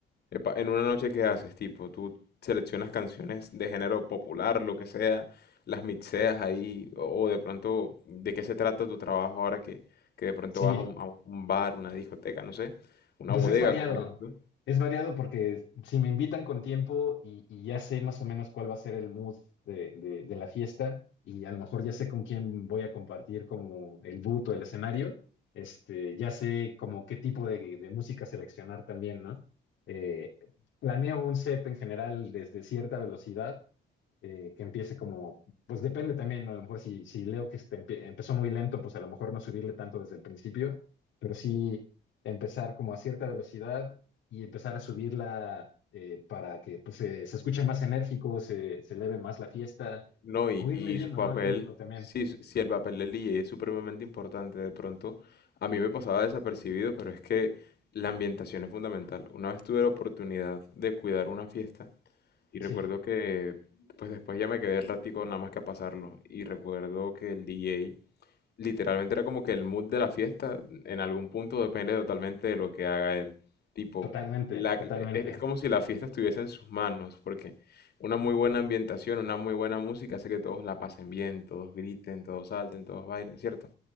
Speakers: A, on the left (about 55°); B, on the left (about 75°).
A: Epa, en una noche, ¿qué haces? Tipo, tú seleccionas canciones de género popular, lo que sea, las mixeas ahí, o, o de pronto, ¿de qué se trata tu trabajo ahora que, que de pronto
B: Sí.
A: vas a un, a un bar, una discoteca, no sé, una
B: Pues
A: bodega,
B: es variado,
A: como dices tú?
B: es variado porque si me invitan con tiempo y, y ya sé más o menos cuál va a ser el mood de, de- de la fiesta y a lo mejor ya sé con quién voy a compartir como el boot o el escenario, este, ya sé como qué tipo de, de música seleccionar también, ¿no? Eh, planeo un set en general desde cierta velocidad eh, que empiece como, pues depende también, ¿no? A lo mejor si, si leo que este empe- empezó muy lento, pues a lo mejor no subirle tanto desde el principio, pero sí empezar como a cierta velocidad y empezar a subirla eh, para que pues, se, se escuche más enérgico, se, se eleve más la fiesta,
A: No, y,
B: o ir
A: y
B: leyendo,
A: su papel,
B: ¿no? Al público también.
A: sí, su- sí, el papel del DJ es supremamente importante. De pronto, a mí me pasaba desapercibido, pero es que la ambientación es fundamental. Una vez tuve la oportunidad de cuidar una fiesta Y recuerdo
B: Sí,
A: que, pues después ya me quedé el ratico nada más que a pasarlo. Y recuerdo que el DJ literalmente era como que el mood de la fiesta en algún punto depende totalmente de lo que haga él. Tipo,
B: totalmente,
A: la-
B: totalmente.
A: e- es como si la fiesta estuviese en sus manos, porque una muy buena ambientación, una muy buena música hace que todos la pasen bien, todos griten, todos salten, todos bailen, ¿cierto?